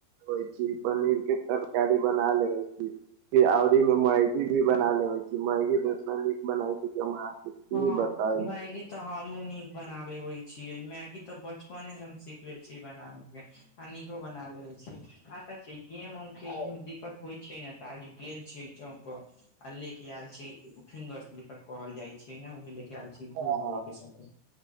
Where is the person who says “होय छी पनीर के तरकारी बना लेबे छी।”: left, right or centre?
Right